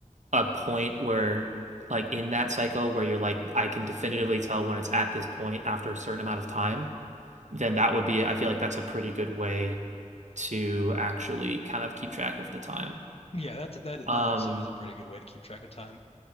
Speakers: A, on the right (about 65°); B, on the left (about 50°).
A: a point where like in that cycle where you're like, I can definitively tell when it's at this point after a certain amount of time, then that would be, I feel like that's a pretty good way to actually kind of keep track of the time.
B: yeah, that's that
A: Um,
B: that also is a pretty good way to keep track of time.